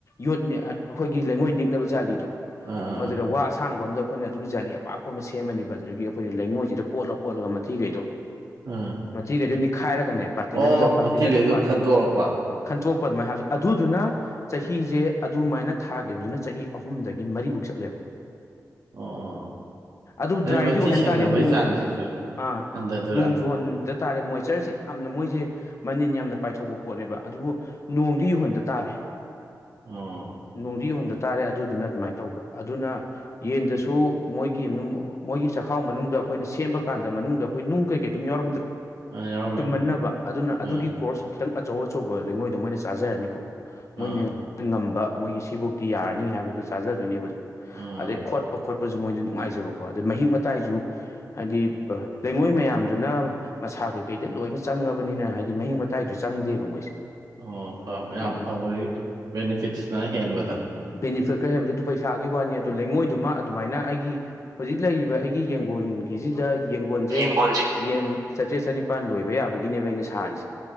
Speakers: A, on the left (about 50°); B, on the right (about 80°).
A: ꯌꯣꯠ ꯅꯤꯛ ꯑꯥ ꯑꯩꯈꯣꯏꯒꯤ ꯂꯩꯉꯣꯏ ꯅꯤꯛꯅꯕ ꯖꯥꯂꯤꯗꯣ
B: ꯑꯥ ꯑꯥ
A: ꯃꯗꯨꯗ ꯋꯥ ꯑꯁꯥꯡꯕ ꯑꯝꯗ ꯑꯩꯈꯣꯏꯅ ꯑꯗꯨꯒꯤ ꯖꯥꯂꯤ ꯑꯄꯥꯛꯄ ꯑꯃ ꯁꯦꯝꯃꯅꯤꯕ ꯑꯗꯨꯗꯒꯤ ꯑꯩꯈꯣꯏꯅ ꯂꯩꯉꯣꯏꯁꯤꯗ ꯀꯣꯠꯂ ꯀꯣꯠꯂꯒ ꯃꯊꯤꯒꯩꯗꯣ
B: ꯑꯥ
A: ꯃꯊꯤꯒꯩꯗꯨ ꯅꯤꯈꯥꯏꯔꯒꯅꯦ ꯕꯥꯇꯤꯟ
B: ꯑꯣ
A: ꯑꯝꯗ ꯕꯥꯇꯤꯟ
B: ꯃꯊꯤꯈꯩꯗꯣ
A: ꯅꯠꯇ꯭ꯔ ꯄꯥꯇ꯭ꯔ
B: ꯈꯟꯗꯣꯔꯛꯄ
A: ꯈꯟꯇꯣꯛꯄ ꯑꯗꯨꯃꯥꯏꯟ ꯍꯥꯏꯕ ꯑꯗꯨꯗꯨꯅ ꯆꯍꯤꯖꯦ ꯑꯗꯨꯃꯥꯏꯅ ꯊꯥꯒꯤꯕꯗꯨꯅ ꯆꯍꯤ ꯑꯍꯨꯝꯗꯒꯤ ꯃꯔꯤꯕꯥꯎ ꯆꯠꯂꯦ
B: ꯑꯣ ꯑꯣ
A: ꯑꯗꯨ ꯗ꯭ꯔꯥꯏꯗꯤ
B: ꯃꯊꯤ
A: ꯑꯣꯏꯍꯟ
B: ꯁꯦꯡꯅꯕꯒꯤ
A: ꯇꯥꯔꯦ ꯅꯣꯡ
B: ꯆꯥꯡꯁꯤꯁꯨ
A: <unintelligible> ꯑꯥ
B: ꯍꯟꯊꯗꯣꯏꯔꯥ
A: ꯅꯣꯡ ꯆꯨꯍꯟꯗ ꯇꯥꯔꯦ ꯃꯣꯏꯆꯔꯖꯤ ꯌꯥꯝꯅ ꯃꯣꯏꯖꯤ ꯃꯅꯤꯟ ꯌꯥꯝꯅ ꯄꯥꯏꯊꯣꯛꯄ ꯄꯣꯠꯅꯦꯕ ꯑꯗꯨꯕꯨ ꯅꯣꯡꯗꯤ ꯌꯨꯍꯟꯗ ꯇꯥꯔꯦ
B: ꯑꯣ
A: ꯅꯣꯡꯗꯤ ꯌꯨꯍꯟꯝꯗ ꯇꯥꯔꯦ ꯑꯗꯨꯗꯨꯅ ꯑꯗꯨꯃꯥꯏ ꯇꯧꯕ ꯑꯗꯨꯅ ꯌꯦꯟꯗꯁꯨ ꯃꯣꯏꯒꯤ ꯃꯣꯏꯒꯤ ꯆꯈꯥꯎ ꯃꯅꯨꯡꯗ ꯑꯩꯈꯣꯏꯅ ꯁꯦꯝꯕ ꯀꯥꯟꯗ ꯃꯅꯨꯡꯗ ꯑꯩꯈꯣꯏ ꯅꯨꯡ ꯀꯩꯀꯩ ꯑꯗꯨꯝ ꯌꯥꯎꯔꯝꯗ꯭ꯔꯣ
B: ꯑ ꯌꯥꯎꯔꯝꯃꯦ
A: ꯇꯨꯝꯃꯟꯅꯕ ꯑꯗꯨꯅ
B: ꯑꯥ
A: ꯑꯗꯨꯒꯤ ꯀꯣꯔꯁ ꯈꯤꯇꯪ ꯑꯆꯧ ꯑꯆꯧꯕ ꯂꯩꯉꯣꯏꯗꯣ ꯃꯣꯏꯅ ꯆꯥꯖꯔꯅꯤꯀꯣ
B: ꯑꯥ
A: ꯃꯣꯏꯅ ꯉꯝꯕ ꯃꯣꯏꯒꯤ ꯁꯤꯕꯨꯛꯀꯤ ꯌꯥꯔꯅꯤ ꯍꯥꯏꯕꯗꯨ ꯆꯥꯖꯗꯣꯏꯅꯦꯕ ꯑꯗꯨꯝ
B: ꯑꯝ
A: ꯑꯗꯩ ꯈꯣꯠꯄ ꯈꯣꯠꯄꯖꯨ ꯃꯣꯏꯗ ꯅꯨꯡꯉꯥꯏꯖꯕ ꯀꯣ ꯑꯗꯩ ꯃꯍꯤꯛ ꯃꯇꯥꯏꯖꯨ ꯍꯥꯏꯗꯤ ꯕ ꯂꯩꯉꯣꯏ ꯃꯌꯥꯝꯗꯨꯅ ꯃꯁꯥ ꯀꯩꯀꯩꯗ ꯂꯣꯏꯅ ꯆꯪꯉꯕꯅꯤꯅ ꯍꯥꯏꯗꯤ ꯃꯍꯤꯛ ꯃꯇꯥꯏꯖꯨ ꯆꯪꯗꯦꯕ ꯃꯣꯏꯁꯦ
B: ꯑꯣ ꯐꯕ
A: ꯑꯗꯨ
B: ꯌꯥꯝ ꯐꯕꯒꯤ ꯕꯦꯅꯤꯐꯤꯠꯁꯅ ꯍꯦꯟꯕꯗꯣ
A: ꯕꯦꯅꯤꯐꯤꯠ ꯈꯩꯖꯨ ꯑꯗꯨ ꯄꯩꯁꯥꯒꯤ ꯋꯥꯅꯤ ꯑꯗꯨ ꯂꯩꯉꯣꯏꯗꯨꯃ ꯑꯗꯨꯃꯥꯏꯅ ꯑꯩꯒꯤ ꯍꯧꯖꯤꯛ ꯂꯩꯔꯤꯕ ꯑꯩꯒꯤ ꯌꯦꯡꯒꯣꯟꯒꯤꯖꯤꯗ ꯒꯣꯟꯁꯦ
B: ꯌꯦꯡꯒꯣꯟꯁꯤ
A: ꯌꯦꯟ ꯆꯥꯇ꯭ꯔꯦꯠ ꯆꯅꯤꯄꯥꯥꯟ ꯂꯣꯏꯕ ꯌꯥꯕꯒꯤꯅꯦꯕ ꯑꯩꯅ ꯁꯥꯔꯤꯁꯦ